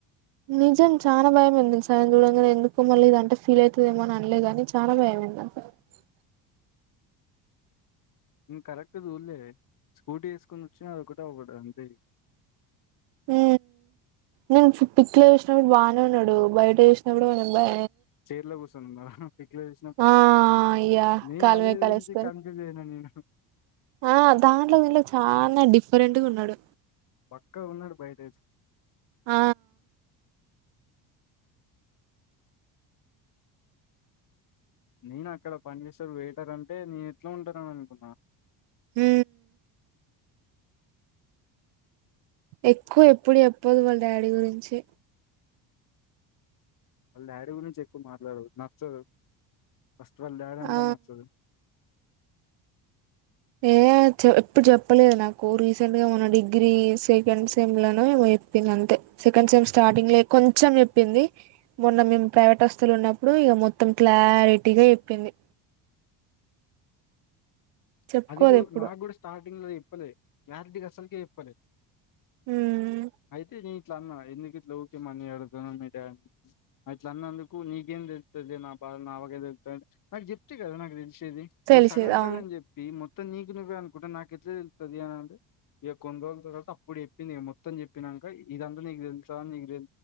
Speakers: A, on the right (about 80°); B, on the left (about 50°).
A: నిజం చాన భయం అయ్యింది తెలుసా చూడంగానే ఎందుకో మళ్ళ ఇదంటే ఫీల్ అవుతుదేమో అనలేదుగాని చాన భయం <unintelligible>
B: కరెక్ట్ చూలే స్కూటీ వేసుకొని వచ్చిన ఒకటేకటి అది అంతే
A: ఊ నేను పిక్లో చూసినప్పుడు బానే ఉన్నాడే బయట చూసినప్పుడు కొంచం బ
B: చైర్లో కూర్చున్నానా పిక్లో చూసినపుడు
A: ఆ ఇగ
B: నేను
A: కాలుమే
B: అదే చుసి
A: కాలేసుకొని
B: కన్ఫ్య్ స్ అయ్యాను ఉ హు
A: ఆ దాంట్లో దీంట్లో చాల డిఫరెంట్గ ఉన్నాడు
B: బక్కగ ఉన్నాడు బయటై తే
A: ఆ
B: నేను అక్కడ పని చేసే వెయిటర్ అంటే నేను ఎట్లో ఉంటాడని అనుకున్నా
A: హు ఎక్కువ ఎప్పుడు చెప్పదు వాళ్ళ డాడీ గురించి
B: వాళ్ళ డాడి గురించి ఎక్కువ మాట్లాడుదు నచ్చదు ఫస్ట్ వాళ్ళ డాడీ అంటే
A: ఆ
B: నచ్చదు
A: ఏ ఎప్పుడు చెప్పలేదు నాకు రీసెంట్ గా మన డిగ్రీ సెకండ్ సెమ్ లోనో ఏమో చెప్పింది అంతే సెకండ్ సెమ్ స్టార్టింగ్ లో కొంచెం చెప్పింది మొన్న మేము ప్రైవేట్ హస్తులు ఉన్నప్పుడు ఇక మొత్తం క్లారిటీగా చెప్పింది
B: <inaudible>
A: చెప్పుకోదు
B: అది కూడ
A: ఎప్పుడు
B: నాకు కూడ స్టార్టింగ్ లో చెప్పలే క్లారిటీ అసలుకే చెప్పలే
A: ఉమ్
B: అయితే నే ఇట్ల అన్న ఎందుకిట్ల ఓక్య మని అడుగుతావ్ <unintelligible> అట్ల అన్న అందుకు నీకేం తెలుతది <unintelligible> నా బాద నాకు చెప్తే కదా నాకు తెలిసేది నువ్వు
A: తెలిసేది
B: సగం
A: అవును
B: సగం చెప్ ఈ మొత్తం నీకు నువ్వే అనుకుంటే నాకు ఎట్ల తెలుతది అండి ఇక కొన్ని రోజుల తర్వాత అప్పుడు చెప్పింది ఇగ మొత్తం చెప్పినంక ఇదంతా నీకు తెలుసా నీకు నీ తె